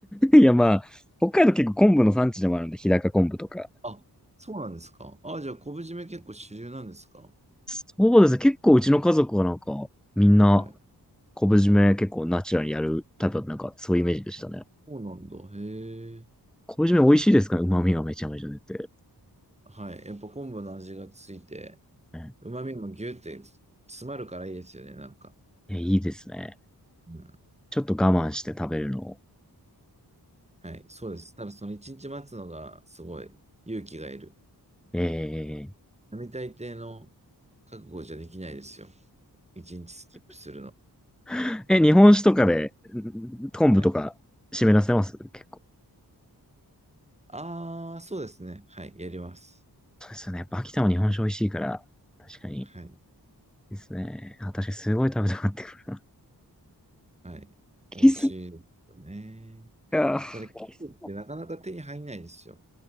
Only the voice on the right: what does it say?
た。あ、そうなんですか。あ、じゃあ昆布締め結構主流なんですか。
はい。
そうなんだ。へえ。
はい。やっぱ昆布の味がついて、
旨味もギュって詰まるからいいですよね、なんか。
うん
はい、そうです。ただその一日待つのがすごい勇気がいる。
並大抵の覚悟じゃできないですよ。一日スキップするの。
はい。ああ、そうですね。はい、やります。
はい、
はい。
美味しいですよね。
ただ、キウイってなかなか手に入んないですよ。